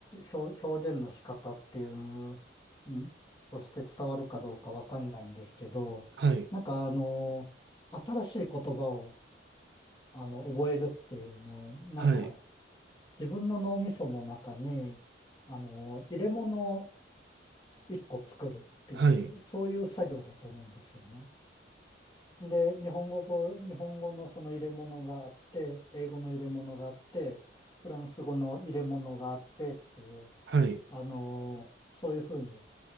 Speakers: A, on the left (about 25°); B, on the right (about 60°).
A: 表、表現の仕方っていう、んとして伝わるかどうかわかんないんですけど、
B: はい、
A: なんかあの、新しい言葉を、あの、覚えるっていうのを、なんか
B: はい、
A: 自分の脳みその中に、あの、入れ物一個作るっていう、
B: はい、
A: そういう作業だと思うんですよね。で、日本語も、日本語のその入れ物があって、英語の入れ物があって、フランス語の入れ物があってっていう、
B: はい、
A: あのーそういうふうに言